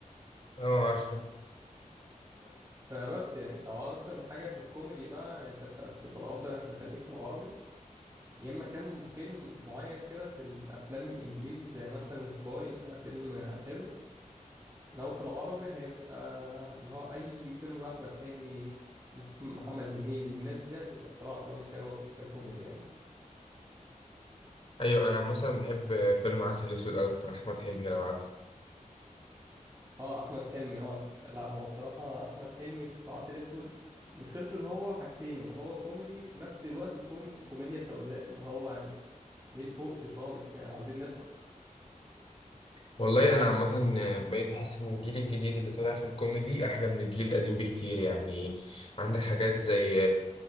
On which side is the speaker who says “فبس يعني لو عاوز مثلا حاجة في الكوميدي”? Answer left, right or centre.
Right